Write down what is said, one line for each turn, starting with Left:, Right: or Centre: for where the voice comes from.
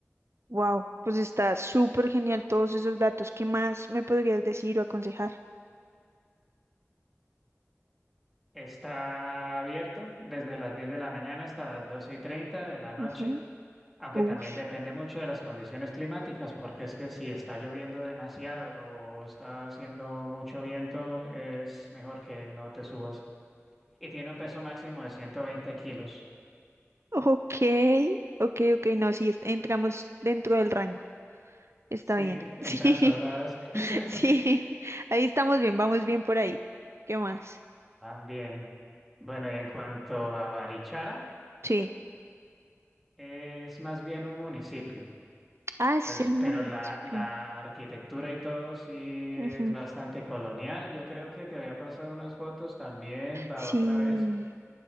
Right: Wow, pues está súper genial todos esos datos. ¿Qué más me podrías decir o aconsejar?
Centre: Está abierto desde las 10 de la mañana hasta las doce y treinta de la noche
Right: Ujú.
Centre: Aunque
Right: Ush.
Centre: también depende mucho de las condiciones climáticas, porque es que si está lloviendo demasiado o está haciendo mucho viento, es mejor que no te subas. Y tiene un peso máximo de 120 kilos.
Right: Ok, ok, ok, no, sí, est- entramos dentro del rango, está
Centre: Sí,
Right: bien.
Centre: entran
Right: <laughs> Sí,
Centre: sobradas. <laughs>
Right: sí, ahí estamos bien, vamos bien por ahí. ¿Qué más?
Centre: Van bien. Bueno, y en cuanto a Barichara,
Right: Sí.
Centre: es más bien un municipio,
Right: Ah, es
Centre: pues,
Right: el municipio.
Centre: pero la, la arquitectura y todo sí es
Right: Ujú.
Centre: bastante colonial. Yo creo que te había pasado unas fotos también la
Right: Sí,
Centre: otra vez.